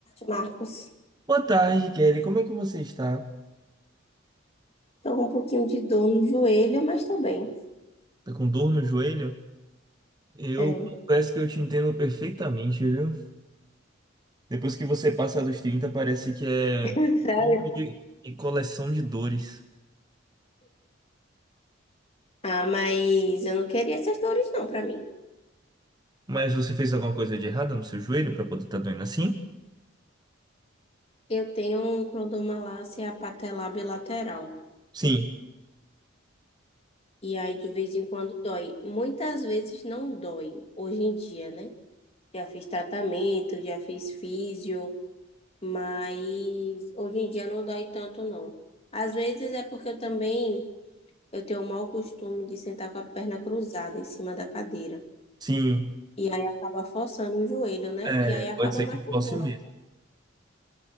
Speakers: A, on the left (about 30°); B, on the right (about 20°).
A: Marcos.
B: Boa tarde, Kelly. Como é que você está?
A: Tô com um pouquinho de dor no joelho, mas tô bem.
B: Tá com dor no joelho? Eu
A: É.
B: confesso que eu te entendo perfeitamente, viu? Depois que você passa dos 30 parece que é
A: <laughs> Sério?
B: combo e coleção de dores.
A: Ah, mas eu não queria essas dores não pra mim.
B: Mas você fez alguma coisa de errada no seu joelho para poder estar doendo assim?
A: Eu tenho um cronomalácia patelar bilateral.
B: Sim,
A: E aí, de vez em quando, dói. Muitas vezes não dói, hoje em dia, né? Já fiz tratamento, já fiz físio, mas hoje em dia não dói tanto, não. Às vezes é porque eu também eu tenho o mau costume de sentar com a perna cruzada em cima da cadeira.
B: sim.
A: E aí acaba forçando o joelho, né?
B: É,
A: E aí acaba
B: pode ser
A: machucando.
B: que fosse mesmo.